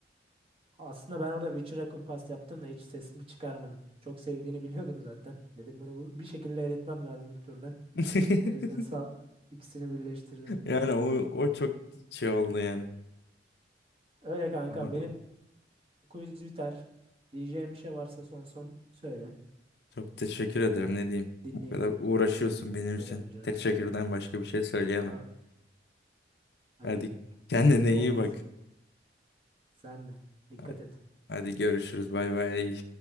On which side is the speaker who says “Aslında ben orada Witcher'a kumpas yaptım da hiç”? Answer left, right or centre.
Right